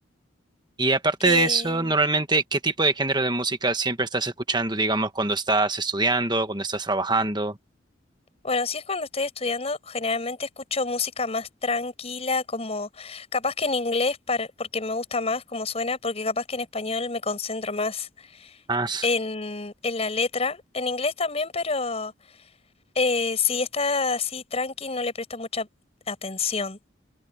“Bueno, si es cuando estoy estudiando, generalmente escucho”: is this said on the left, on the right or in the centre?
Left